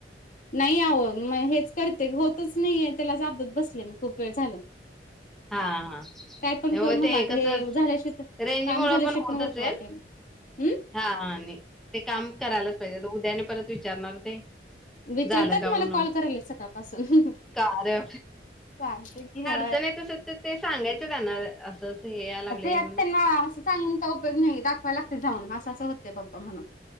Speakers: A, on the left; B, in the centre.
A: नाही आवं मग हेच करते होतच नाहीय, त्याला जाबत बसले मी खूप वेळ झालं.
B: हा हा
A: काय पण कर
B: हो
A: मला,
B: ते
A: आता
B: कसं
A: हे झाल्याशी
B: रेंज
A: काम
B: मुळं
A: झाल्याशी
B: होत
A: पण ऊठू
B: असेल.
A: वाटेत हम
B: हा आणि ते काम करायलाच पाहिजे उद्या आणि परत विचारणार ते.
A: विचारतात
B: झालं का
A: मला
B: म्हणून
A: कॉल कराल्यात सकाळपासून.
B: का अरे
A: चालते की ह
B: नाही तस तर ते सांगायचं त्यांना असं असं हे या लागलं
A: ते आता
B: म्हणून.
A: त्यांना असं सांगून काय उपयोग नाही, दाखवाय लागते जाऊन असं असं होते बाबा म्हणून.